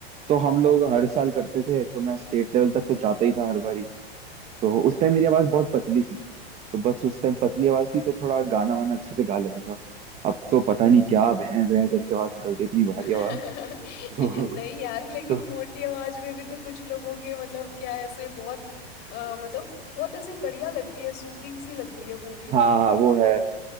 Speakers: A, on the right; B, on the left.
A: तो हम लोग हर साल करते थे तो मैं स्टेट लेवल तक तो जाता ही था हर बारी तो उस टाइम मेरी आवाज़ बहुत पतली थी तो बस उस टाइम पतली आवाज़ थी तो थोड़ा गाना वाना अच्छे से गा लेता था अब तो पता नहीं क्या भैं भैं करके आवाज़ निकलती है, इतनी
B: <laughs>
A: भारी
B: नहीं
A: आवाज़ <laughs> तो,
B: यार लेकिन
A: तो
B: मोटी आवाज में भी तो कुछ लोगों के मतलब क्या ऐसे बहुत अ, मतलब बहुत ऐसे बढ़िया लगती है सूदिंग सी लगती है वो भी
A: हाँ हाँ वो है